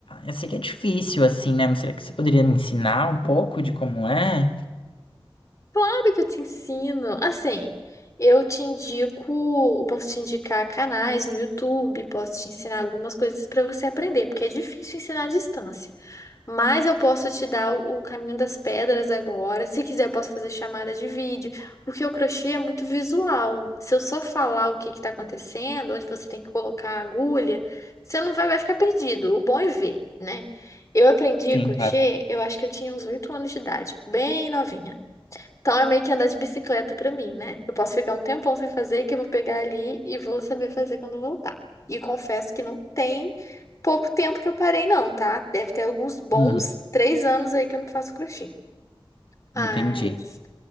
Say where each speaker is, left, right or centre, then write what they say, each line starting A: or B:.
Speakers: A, on the left; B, on the left.
A: Eu sei que é difícil, assim, né? Mas será que você poderia me ensinar um pouco de como é?
B: Claro que eu te ensino. Assim, eu te indico, posso te indicar canais no YouTube, posso te ensinar algumas coisas para você aprender, porque é difícil ensinar à distância. Mas eu posso te dar o o caminho das pedras agora. Se quiser, eu posso fazer chamada de vídeo, porque o crochê é muito visual. Se eu só falar o que está acontecendo, onde você tem que colocar a agulha, você não vai, vai ficar perdido. O bom é ver, né? Eu aprendi
A: Sim,
B: crochê,
A: claro.
B: eu acho que eu tinha uns 8 anos de idade, bem novinha. Então é meio que andar de bicicleta pra mim, né? Eu posso ficar um tempão sem fazer, que eu vou pegar ali e vou saber fazer quando voltar. E confesso que não tem pouco tempo que eu parei, não, tá? Deve ter alguns bons
A: Hum,
B: três anos aí que eu não faço crochê. Mas,
A: entendi.